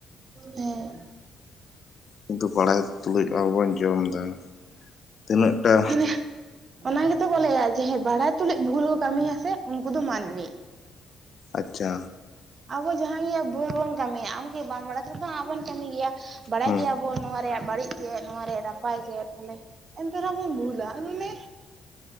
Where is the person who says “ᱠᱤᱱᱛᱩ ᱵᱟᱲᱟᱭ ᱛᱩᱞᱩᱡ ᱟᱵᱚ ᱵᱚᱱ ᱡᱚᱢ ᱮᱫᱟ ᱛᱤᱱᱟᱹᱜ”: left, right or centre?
Left